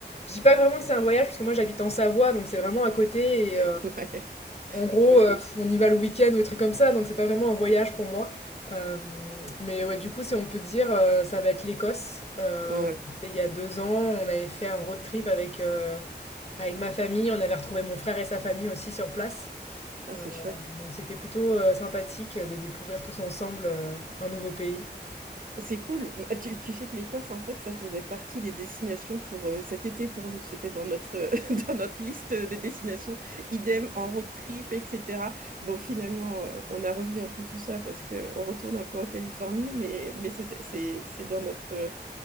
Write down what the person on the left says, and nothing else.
je dis pas vraiment que c'est un voyage, parce que moi, j'habite en Savoie, donc c'est vraiment à côté
en gros,
heu,
on y va le week-end ou des trucs comme ça, donc c'est pas vraiment un voyage pour moi. Hem, mais ouais, du coup, si on peut dire, heu, ça va être l'Écosse. Heu,
c'était il y a 2 ans, on avait fait un road trip avec, heu, avec ma famille. On avait retrouvé mon frère et sa famille aussi sur place.
Heu,
donc c'était plutôt, heu, sympathique euh, de découvrir tous ensemble, heu, un nouveau pays.